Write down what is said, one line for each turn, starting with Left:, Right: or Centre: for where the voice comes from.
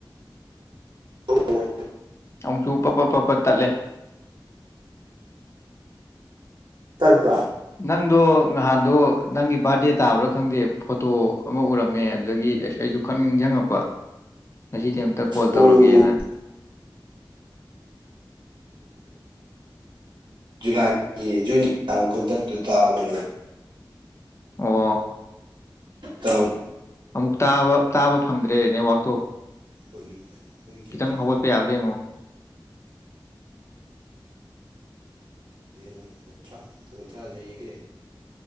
Right: ꯍ <unintelligible>
Left: ꯑꯃꯨꯛꯁꯨ ꯄꯠ ꯄꯠ ꯄꯠ ꯄꯠ ꯇꯠꯂꯦ
Right: ꯇꯠꯄ꯭ꯔꯥ
Left: ꯅꯪꯗꯣ ꯅꯍꯥꯟꯗꯣ ꯅꯪꯒꯤ ꯕꯥꯔꯗꯦ ꯇꯥꯕ꯭ꯔꯥ ꯈꯪꯗꯦ ꯐꯣꯇꯣ ꯑꯃ ꯎꯔꯝꯃꯦ ꯑꯗꯨꯗꯒꯤ ꯑꯁ ꯑꯩ ꯑꯩꯁꯨ ꯈꯪ ꯅꯤꯡꯁꯤꯡꯉꯛꯄ ꯉꯁꯤꯗꯤ ꯑꯝꯇ ꯀꯣꯜ
Right: ꯑꯣ
Left: ꯇꯧꯔꯒꯦꯅ
Right: ꯗꯣ ꯂꯒꯤ ꯖꯨꯟ ꯏꯥꯡ ꯀ ꯗꯔꯗ ꯇꯕꯅꯤ
Left: ꯑꯣ
Right: ꯇꯥꯎ
Left: ꯑꯃꯨꯛ ꯇꯥꯕ ꯇꯥꯕ ꯐꯪꯗ꯭ꯔꯦ ꯅꯦꯠꯋꯥꯛꯇꯣ
Right: ꯑꯩꯈꯣꯏꯒꯤ ꯑꯩꯈꯣꯏꯒꯤ
Left: ꯈꯤꯇꯪ ꯍꯧꯒꯠꯄ
Right: ꯄꯨꯂꯞ
Left: ꯌꯥꯕ꯭ꯔꯥ ꯌꯦꯡꯉꯣ
Right: ꯅ ꯀꯨꯟ꯭ꯔ ꯀꯨꯟꯊ꯭ꯔꯥ ꯍꯌꯦꯡꯒꯦ